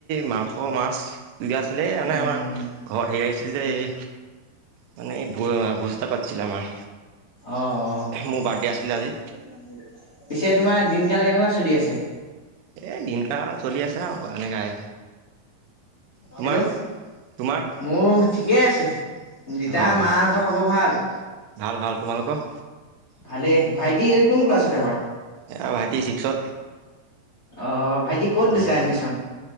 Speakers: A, on the right (about 85°); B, on the left (about 20°).
A: মাংস মাছ দিয়া আছিলে মানে
B: উম
A: আমাৰ ঘৰত হেৰি আহিছিল যে এই মানে এই ভোজ এটা পাতিছিলে আমাৰ।
B: অঁ' অঁ' পিছে
A: মোৰ বাৰ্থডে আছিলে আজি
B: তোমাৰ দিনকাল কেনেকুৱা চলি আছে?
A: এ দিন কাল চলি আছে আৰু এনেকাই। তোমাৰ
B: হেল্ল'।
A: তোমাৰ
B: মোৰ ঠিকেই আছে। দেউতা,
A: অঁ
B: মাহঁতৰ খবৰ ভাল?
A: ভাল ভাল, তোমালোকৰ?
B: ভালে। ভাইটি কোন ক্লাছত এবাৰ?
A: এয়া ভাইটি ছিক্সত।
B: অঁ' ভাইটি ক'ত লৈছে
A: অঁ
B: এডমিশন।